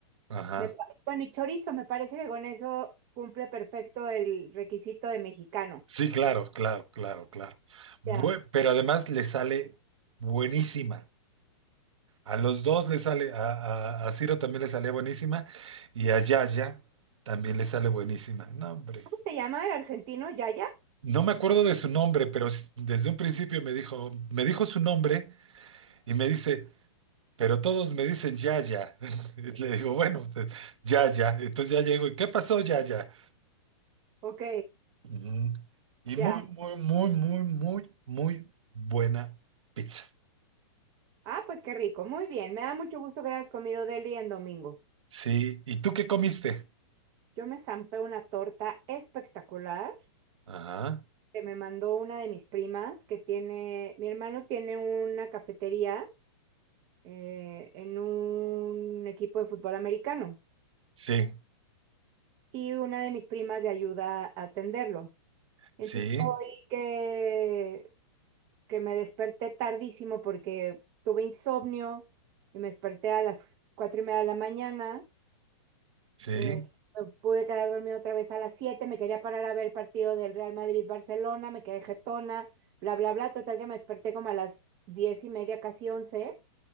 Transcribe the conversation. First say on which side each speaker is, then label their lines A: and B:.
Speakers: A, on the right; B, on the right.
A: Ajá.
B: me, pa- bueno, y chorizo, me parece que con eso cumple perfecto el requisito de mexicano.
A: Sí, claro, claro, claro, claro. Bue-
B: Ya.
A: pero además le sale buenísima. A los dos le sale, a, a, a Ciro también le salía buenísima y a Yaya también le sale buenísima. No, hombre.
B: ¿Cómo se llama el argentino? ¿Yaya?
A: No me acuerdo de su nombre, pero s- desde un principio me dijo, me dijo su nombre y me dice, pero todos me dicen Yaya. <laughs> Y le digo, bueno, pues, Yaya. Entonces ya llego y, ¿qué pasó, Yaya?
B: Ok,
A: Ujú. Y
B: ya.
A: muy, muy, muy, muy, muy, muy buena pizza.
B: Ah, pues qué rico. Muy bien. Me da mucho gusto que hayas comido deli en domingo.
A: Sí. ¿Y tú qué comiste?
B: Yo me zampé una torta espectacular
A: Ajá.
B: que me mandó una de mis primas que tiene, mi hermano tiene una cafetería eh, en un equipo de fútbol americano
A: Sí,
B: y una de mis primas le ayuda a atenderlo. Entonces,
A: sí,
B: hoy que, que me desperté tardísimo porque tuve insomnio y me desperté a las cuatro y media de la mañana
A: sí.
B: Eh, me pude quedar dormida otra vez a las 7 me quería parar a ver el partido del Real Madrid-Barcelona, me quedé jetona, bla, bla, bla. Total que me desperté como a las diez y media, casi once